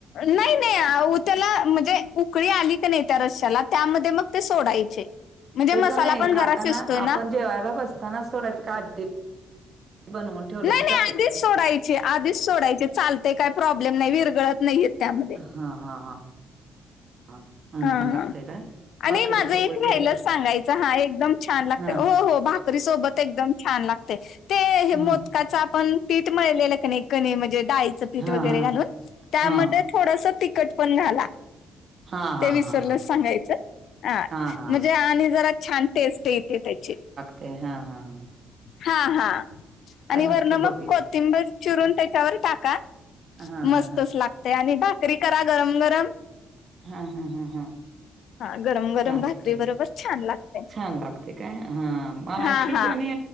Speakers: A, on the left; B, on the right.
A: नाही नाही उ त्याला म्हणजे उकळी आली का नाही त्या रश्याला त्यामध्ये मग ते सोडायचे. म्हणजे
B: तस
A: मसाला
B: नाही
A: पण
B: खाताना
A: जरा शिजतोय ना.
B: आपण जेवायला बसतानाच सोडायचं का आधी बनवून? ठेवलं
A: नाही
B: तरी
A: नाही
B: चालतंय
A: आधीच सोडायचे आधीच सोडायचे चालतय काय प्रॉब्लेम नाही विरगळत नाही येत त्यामध्ये.
B: हा हा हा छान
A: हा
B: लागतय
A: हा.
B: काय?
A: आणि
B: भाकरी
A: माझं
B: सोबत
A: एक राहिलंच
B: वगैरे
A: सांगायचं हा एकदम छान लागते,
B: हा
A: हो हो भाकरी सोबत एकदम छान लागते ते हे
B: हा
A: मोद त्याचं आपण पीठ मिळलेलं कानी कनी म्हणजे डाळीचं पीठ
B: हा
A: वगैरे
B: हा
A: घालून त्यामध्ये
B: हा
A: थोडसं तिकखट पण घाला.
B: हा
A: ते
B: हा
A: विसरलंस
B: हा हा
A: सांगायचं, हा
B: हां हां.
A: म्हणजे आणि जरा छान टेस्ट येते त्याची.
B: ते हा हा हा
A: हा हा आणि वरन
B: नक्की
A: मग
B: बघेन.
A: कोत थिंबीर चिरून त्याच्यावर टाका
B: हां
A: मस्तच
B: हां हां.
A: लागते आणि भा करी करा गरम गरम.
B: हा हा हा हा
A: हा गरम गरम
B: चालतय
A: भाकरी बरोबर छान लागते
B: छान लागते काय? हा म अशीच
A: हा हा
B: आणि